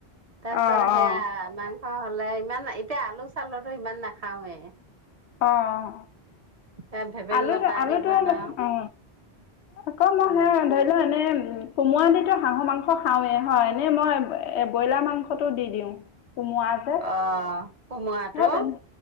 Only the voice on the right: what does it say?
তাৰ
পিছত সেয়া মাংস হ'লে ইমান এতিয়া আলু চালুতো ইমান নাখাওৱে।
এ ভেবেলী
লতা
দি বনাও
উম
অ কামোৰাঁতো